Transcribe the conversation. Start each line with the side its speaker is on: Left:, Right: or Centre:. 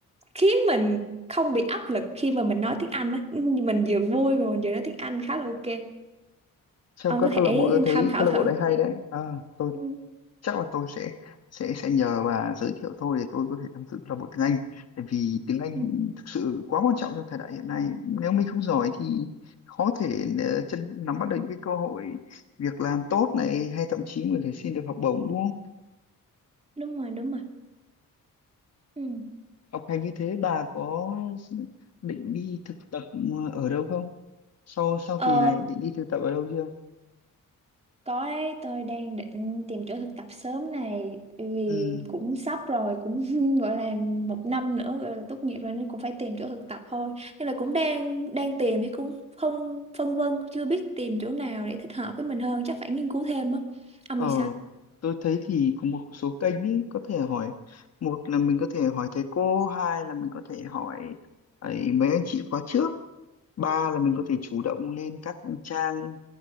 Right: khiến mình không bị áp lực khi mà mình nói tiếng Anh á <laughs> mình vừa vui mà mình vừa nói tiếng Anh khá là ok
Left: trong
Right: ông
Left: các
Right: có thể
Left: câu lạc bộ tôi thấy
Right: tham khảo
Left: câu lạc
Right: thử
Left: bộ đấy hay đấy à, tôi
Right: ừ,
Left: chắc là tôi sẽ sẽ sẽ nhờ bà giới thiệu tôi để tôi có thể tham dự câu lạc bộ tiếng Anh tại vì tiếng Anh
Right: Ừ,
Left: thực sự quá quan trọng trong thời đại hiện nay nếu mình không giỏi thì khó thể ờ, chân nắm bắt được những cái cơ hội việc làm tốt này hay thậm chí mình có thể xin được học bổng đúng
Right: đúng rồi đúng rồi ừ.
Left: học hành như thế bà có định đi thực tập ờ, ở đâu không sau sau
Right: ờ,
Left: kỳ này định đi thực tập ở đâu chưa
Right: có đấy tôi đang định tìm chỗ thực tập sớm này bởi vì
Left: ừ.
Right: cũng sắp rồi cũng <laughs> gọi là một năm nữa gọi là tốt nghiệp rồi nên cũng phải tìm chỗ thực tập thôi nên là cũng đang đang tìm chứ cũng không phân vân chưa biết tìm chỗ nào để thích hợp với mình hơn chắc phải nghiên cứu thêm á ông
Left: ờ
Right: thì sao
Left: tôi thấy thì có một số kênh ý, có thể hỏi một là mình có thể hỏi thầy cô hai là mình có thể hỏi ấy, mấy anh chị khóa trước ba là mình có thể chủ động lên các trang